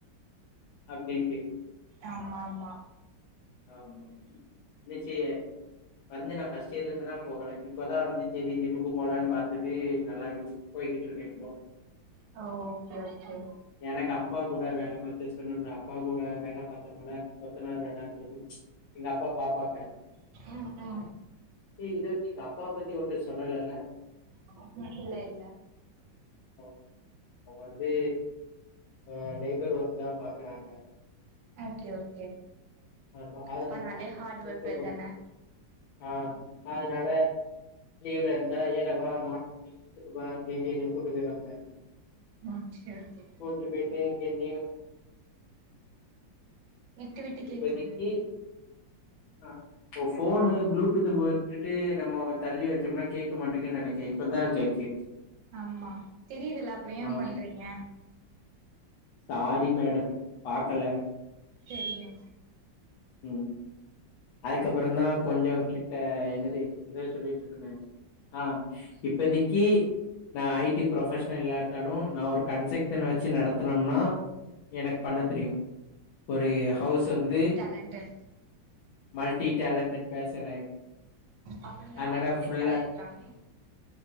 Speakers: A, on the left; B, on the right.
A: அப்டின்டு
B: ஆம்மாம்மா
A: ஆம்மாம்மா நிச்சய வந்து நா ஃபர்ஸ்ட் இயர்ல இருந்துதா போகல இப்பதா வந்து சரி ஜிம்முக்கு போலான்னு பாத்தது நல்லா இருக்கு போயிகிட்டு இருக்கே இப்போ
B: அ ஓகே ஓகே
A: எனக்கு அப்பா கூட வேல பார்த்து அப்பா கூட வேல பார்த்தும்ல கொத்தனார் வேல அந்த ச் எங்க அப்பா பாப்பாங்க
B: ம் அதா
A: ஏ இதுவரைக்கு எங்க அப்பா பத்தி ஒன்ட சொல்லலல்ல
B: ம் இல்ல இல்ல
A: ஒ அவுங்க வந்து ஆ லேபர் ஒர்க்குதா பாக்குறாங்க
B: ஓகே ஓகே
A: ஆமா அதனால
B: அப்பானாலே
A: அவுங்க என்ன
B: ஹார்ட்
A: கூப்டப்ப
B: ஒர்க்கர் தான
A: ஆ அதனால லீவ்ல இருந்தா ஏன்டா வா அப்டீனுட்டு வா என்ன <unintelligible>
B: ம் சேரி சேரி
A: கூட்டுபோய்ட்டு என்னயோ
B: விட்டு விட்டு கேக்குது
A: இப்போதைக்கு ஆ இப்ப ஃபோனு ப்ளூடூத்து போட்டுட்டு நம்மோ தள்ளி வெச்சோம்னா கேட்க மாட்டேங்னு நெனைக்கே இப்பதா கேக்கு
B: ஆமா தெரியுதல அப்புறோ ஏ
A: ஆ
B: பண்றீங்க
A: சாரி மேடம் பாக்கல
B: செரிங்க
A: ம் அதுக்கப்புறோ தா கொஞ்சோ கிட்ட என்னது எதோ சொல்லி இப்ப சொன்ன ஆ இப்பதிக்கு நா ஐ டி ப்ரொபஷனல் இல்லாட்டாலு நா ஒரு கன்ஸக்ஷன் வெச்சு நடத்தனும்னா எனக்கு பண்ண தெரியு ஒரு ஹவுஸ் வந்து
B: லண்டன்
A: மல்டி டேலன்டட் பேசன
B: அப்ப நீங்க
A: அதனால
B: ஆர்ச்சிடெக்ட்
A: ஃபுல்லா
B: ஆயிருக்கலாமே